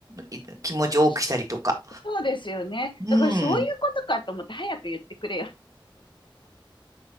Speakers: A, on the right; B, on the left.
A: い気持ち多くしたりとか。
B: そそうですよね。
A: うん。
B: だからそういうことかと思って、早く言ってくれよ